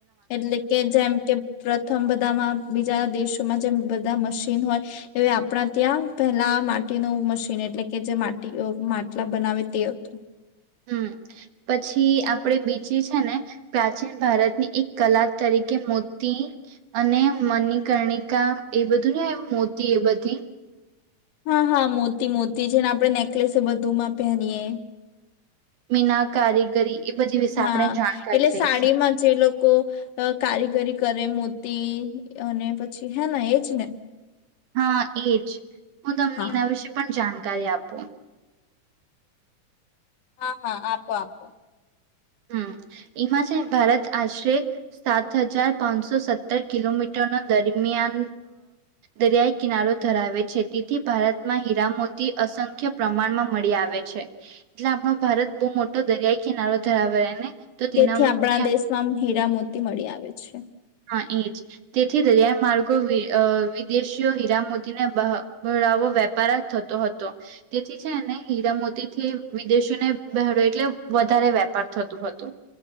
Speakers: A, on the left; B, on the right.
A: એટલે કે જેમ કે પ્રથમ બધામાં બીજા દેશો જે બધા મશીન હોય એ આપણા ત્યાં પેલા માટીનું મશીન એટલે કે જે માટી માટલા બનાવે તે હતું
B: હમ પછી આપણે બીજે છે ને પ્રાચીન ભારતની એક કલા તરીકે મોતી અને મનીિકર્ણિકા એ બધું ને મોતી એ બધી
A: હા હા મોતી મોતી છે ને આપણે નેકલેસે બધુંમાં પહેરીયએ
B: મીના કારીગરી બધી વિશે
A: હા
B: આપણે જાણકારી
A: એટલે
B: લઈશું
A: સાડીમાં જે લોકો કારીગરી કરે મો અને પછી હે ના એજ ને
B: હા એજ હું તમને
A: હા.
B: એના વિશે પણ જાણી કરી આપ આપ
A: હા હા આપો આપો
B: હ એમાં છે ભારત આશરે સાત હજાર પાંચસો સત્તર કિલોમીટરનો દરમિયાન દરિયાઈ કિનારો ધરાવે છે તેથી ભારતમાં હીરામોતી અસંખ્ય પ્રમાણમાં મળી આવે છે એટલે આપણો ભારત બહુ મોટો દરિયાઈ કિનારો ધરાબર ને તો તેનાથી
A: તેથી આપણા દેશમાં હીરા મોતી મળી આવે છે
B: હ ઇચ તેથી દરિયા માર્ગો વિદેશીઓ હીરામતીને બરાાવો વેપાર જ થતો હતો તેથી છે એને હીરામતીથી વિદેશીને બહેડ એટલે વધારે વેપાર થતોું હતો